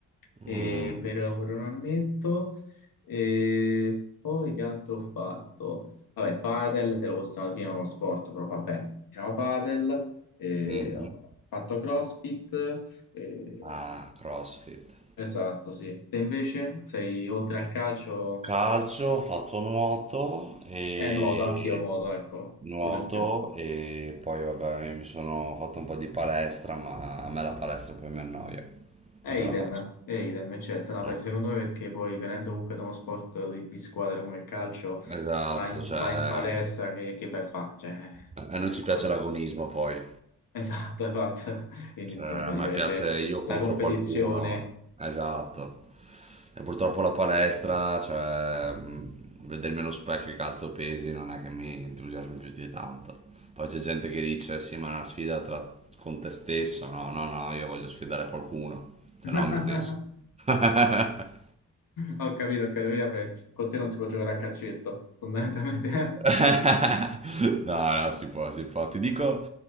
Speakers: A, on the left (about 60°); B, on the right (about 20°).
A: e
B: Mm,
A: per, per un annetto e poi che altro ho fatto? Vabbè, padel, se lo possiamo definire uno sport, però vabbè, diciamo padel, e
B: mhm.
A: ho fatto CrossFit, e-
B: Ah, CrossFit.
A: esatto, sì. Te invece sei oltre al calcio...
B: Calcio, ho fatto nuoto e
A: Eh, nuoto, anch'io nuoto, eccolo,
B: nuoto
A: quello in più.
B: e poi vabbè, io mi sono fatto un po' di palestra, ma a me la palestra poi mi annoia,
A: E
B: non ce la
A: idem,
B: faccio.
A: e idem, e certo. No,
B: No.
A: beh, secondo me perché poi venendo comunque da uno sport di, di squadra come il calcio,
B: Esatto,
A: vai in,
B: cioè
A: vai in palestra, che, che vai a fa? Cioè,
B: a noi ci piace
A: no, no,
B: l'agonismo poi.
A: <laughs> esatto, esatto. Quindi
B: Cioè,
A: insomma
B: a
A: ti
B: me
A: piace
B: piace io
A: la
B: contro
A: competizione.
B: qualcuno, esatto. E purtroppo la palestra, cioè, mh, vedermi allo specchio e calzo pesi non è che mi entusiasmi più di tanto. Poi c'è gente che dice, sì, ma è una sfida tra- con te stesso. No, no, no, io voglio sfidare qualcuno,
A: <laughs>
B: se no me stesso. <laughs>
A: Ho capito, ho capito, Quindi, vabbè, con te non si può giocare a calcetto, fondamentalmente.
B: <laughs> No, no, si può, si può. Ti dico,